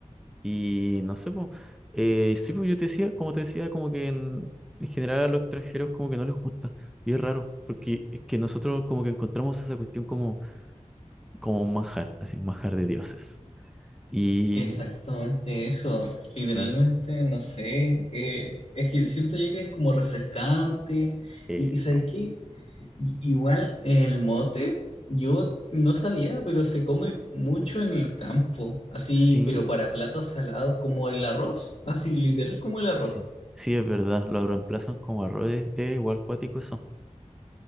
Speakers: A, in the centre; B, on the left (about 65°).
A: Y no sé, po, eh, sí, po, yo te decía, como te decía, como que en, en general a los extranjeros como que no les gusta. Y es raro, porque es que nosotros como que encontramos esa cuestión como como un manjar, así un manjar de dioses. Y
B: Es que exactamente eso, literalmente,
A: eh,
B: no sé, eh, es que siento yo que es como refrescante
A: eso.
B: y, y ¿sabes qué? I- Igual el mote, yo no sabía, pero se come mucho en el campo, así,
A: Sí,
B: pero para platos salados como el arroz, así, literal como el
A: sí.
B: arroz.
A: Sí, es verdad. Lo reemplazan como arroz. Es es igual cuático eso.